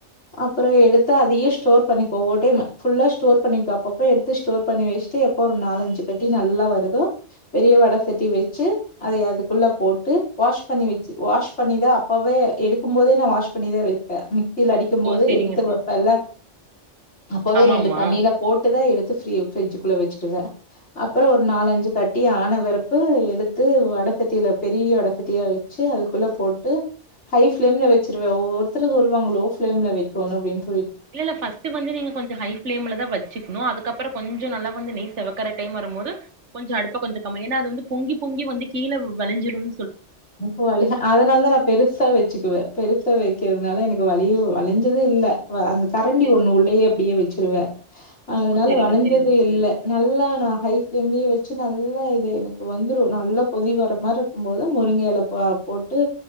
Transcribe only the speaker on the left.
அப்பற எடுத்து அதையு ஸ்டோர் பண்ணிப்போ ஒரு டைம் ஃபுல்லா ஸ்டோர் பண்ணிப்போ அப்பப்ப எடுத்து ஸ்டோர் பண்ணி வச்ட்டு எப்போ ஒரு நாலு அஞ்சு கட்டி நல்லா வருதோ பெரிய வட சட்டி வெச் சு அதய அதுக்குள்ள போட்டு வாஸ் பண்ணி வச்சு வாஸ் பண்ணிதா அப்பவே எடுக்கும்போதே நா வாஸ்ப் பண்ணிதா வைப்பே கில அடிக்கும்
போது
எடுத்து
வப்பேல்ல அப்பவே
ரெண்டு
தண்ணியில போட்டுதா எடுத்து து ஃப்ரி பிரட்ஜுக்குள்ள வச்சிடுவ அப்பற ஒரு நாலு அஞ்சு கட்டி ஆனவரப்பு எடுத் து வட சட்டியில பெரிய வட சட்டியா வச்சு அதுக்குள்ள போட்டு ஹை ஃபிளேம்ல வச்சிருவ ஒவ்வொருத்தரு சொல்வாங்க லோ ஃபிளேம்ல வெக்கோணு அப்டின்
ஓ அதனால தா நா பெருசா வச்சுக்குவே பெருசா வைக்கிறதுனால எனக்கு வளிய வளிஞ்சு இது இல்ல அந்த கரண்டி
ஒண்ணு உள்ளயே அப்டியே வச்சிருவே அதனால
வளஞ்சதே
இல்ல நல்லா நா ஹை ஃப்ளேம்லயே வ ச்சு நல்லா இது எனக்கு வந்துரும் நல்ல கொதி வர மாரி இருக்கும் போது முருங்க எலப் ப போட்டு